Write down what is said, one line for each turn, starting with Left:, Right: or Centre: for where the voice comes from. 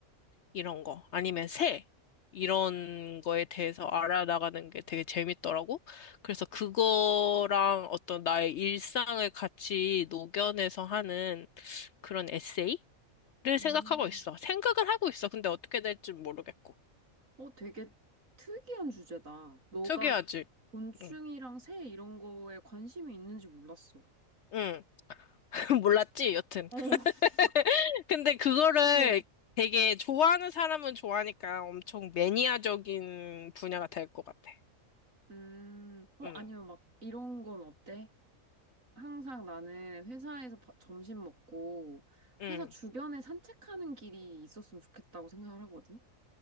Left: 이런 거 아니면 새 이런 거에 대해서 알아나가는 게 되게 재밌더라고. 그래서 그거랑 어떤 나의 일상을 같이 녹여내서 하는 그런 에세이를
Right: 음.
Left: 생각하고 있어. 생각은 하고 있어. 근데 어떻게 될지 모르겠고.
Right: 어, 되게 특이한 주제다. 너가
Left: 특이하지.
Right: 곤충이랑
Left: 응.
Right: 새 이런 거에 관심이 있는지 몰랐어.
Left: 응. <laughs> 몰랐지, 여튼.
Right: 어,
Left: <laughs>
Right: <laughs>
Left: 근데 그거를
Right: 어.
Left: 되게 좋아하는 사람은 좋아하니까 엄청 매니아적인 분야가 될 것 같아.
Right: 음, 어,
Left: 응.
Right: 아니면 막 이런 건 어때? 항상 나는 회사에서 바- 점심 먹고
Left: 응.
Right: 회사 주변에 산책하는 길이 있었으면 좋겠다고 생각을 하거든.